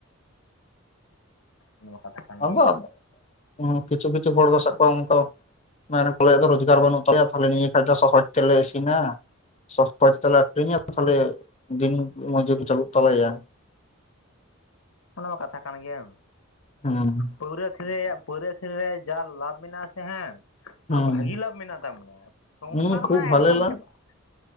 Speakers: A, on the left (about 80°); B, on the left (about 30°).
A: ᱱᱚᱣᱟ ᱠᱟᱛᱷᱟ ᱠᱟᱱ
B: ᱟᱵᱚᱮᱟᱜ,
A: ᱜᱮ
B: ᱢᱩᱸ ᱠᱤᱪᱷᱩ ᱠᱤᱪᱷᱩ ᱦᱚᱲ ᱫᱚ ᱥᱟᱵ ᱠᱚᱣᱟ ᱚᱱᱠᱟ ᱾ ᱢᱮᱱᱟᱠᱚ ᱟᱞᱮᱭᱟᱜ ᱫᱚ ᱨᱚᱡᱽᱜᱟᱨ ᱵᱟᱹᱱᱩᱜ ᱛᱟᱞᱮᱭᱟ ᱛᱟᱦᱞᱮ ᱱᱤᱭᱟᱹᱠᱷᱟᱡ ᱫᱚ ᱥᱚᱦᱚᱡᱽ ᱛᱮᱞᱮ ᱤᱥᱤᱱᱟ ᱾ ᱥᱚᱛ ᱯᱟᱪ ᱛᱮᱞᱮ ᱟᱠᱷᱨᱤᱧᱟ ᱛᱟᱞᱦᱮ ᱫᱤᱱ ᱢᱚᱡᱩᱛ ᱪᱟᱹᱞᱩᱜ ᱛᱟᱞᱮᱭᱟ ᱾
A: ᱚᱱᱟ ᱢᱟ ᱠᱟᱛᱷᱟ ᱠᱟᱱ ᱜᱮᱭᱟ ᱾
B: ᱮᱸ
A: ᱯᱟᱹᱣᱨᱟᱹ ᱟᱹᱠᱷᱨᱤᱧ ᱨᱭᱟᱜ ᱯᱟᱹᱣᱟᱹᱨᱟᱹ ᱟᱹᱠᱷᱨᱤ ᱨᱮ ᱡᱟ ᱞᱟᱵᱷ ᱢᱮᱱᱟᱜᱼᱟᱥᱮ ᱦᱮᱸ ᱯ-ᱪᱟᱜ,
B: ᱦᱮᱸ
A: ᱟᱨ ᱵᱷᱟᱜᱤ ᱞᱟᱵᱷ ᱢᱮᱱᱟᱜ ᱛᱟ ᱢᱟᱱᱮ ᱥᱚᱝᱥᱟᱨ
B: ᱦᱮᱸ ᱠᱷᱩᱵ
A: ᱢᱟ
B: ᱵᱷᱟᱞᱮ
A: ᱮᱠᱫᱚᱢ
B: ᱞᱟᱝ
A: ᱪᱟᱵᱟᱜᱼᱟ ᱾